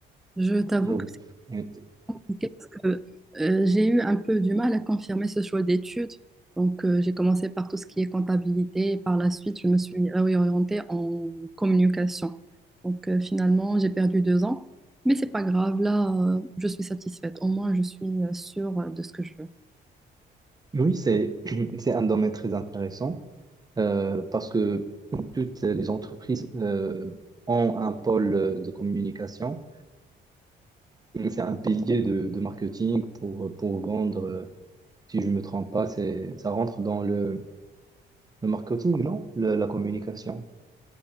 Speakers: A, in the centre; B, on the right.
A: je t'avoue
B: on oublie. Oui.
A: compliqué parce que euh, j'ai eu un peu du mal à confirmer ce choix d'études. Donc, euh, j'ai commencé par tout ce qui est comptabilité et par la suite, je me suis réorientée en communication. Donc, euh, finalement, j'ai perdu deux ans, mais c'est pas grave. Là, euh, je suis satisfaite. Au moins, je suis euh, sûre de ce que je veux.
B: Oui, c'est <clears throat> c'est un domaine très intéressant euh, parce que toutes les entreprises euh, ont un pôle euh, de communication. Et C'est un pilier de, de marketing pour, pour vendre. euh, Si je ne me trompe pas, c'est, ça rentre dans le, le marketing, non? Le- la communication.